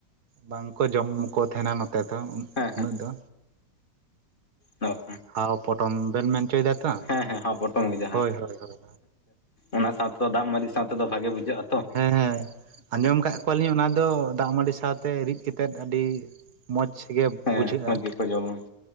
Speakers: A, on the right; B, on the left.
A: ᱵᱟᱝᱠᱚ ᱡᱚᱢᱠᱚ ᱛᱟᱸᱦᱮᱱᱟ ᱱᱚᱛᱮ ᱫᱚ
B: ᱦᱮᱸ
A: ᱩᱱᱟᱹᱜ
B: ᱦᱮᱸ
A: ᱫᱚ
B: ᱚ
A: ᱦᱟᱣ ᱯᱚᱴᱚᱢ ᱵᱮᱱ ᱢᱮᱱ ᱚᱪᱚᱭ ᱫᱟ ᱛᱚ
B: ᱦᱮᱸ ᱦᱮᱸ ᱦᱚᱸ ᱯᱚᱴᱚᱢ ᱜᱮ ᱡᱟᱦᱟᱸ
A: ᱦᱳᱭ ᱦᱳᱭ ᱦᱳᱭ
B: ᱚᱱᱟ ᱥᱟᱶ ᱛᱮᱫᱚ ᱫᱟᱜ ᱢᱟᱹᱰᱤ ᱥᱟᱶ ᱛᱮᱫᱚ ᱵᱷᱟᱜᱮ ᱵᱩᱡᱷᱟᱹᱜ-ᱟ
A: ᱦᱮᱸ ᱦᱮᱸ ᱟᱸᱡᱚᱢ ᱠᱟᱜ ᱠᱚᱣᱟᱞᱤᱧ ᱚᱱᱟ ᱫᱚ ᱫᱟᱜ ᱢᱟᱹᱰᱤ ᱥᱟᱶᱛᱮ ᱨᱤᱫ ᱠᱟᱛᱮ ᱟᱹᱰᱤ ᱢᱚᱸᱡᱽ ᱜᱮ
B: ᱦᱮᱸ
A: ᱵᱩᱡᱷᱟᱹᱜ-ᱟ
B: ᱢᱚᱡᱽ ᱜᱮᱠᱚ ᱡᱚᱢᱟ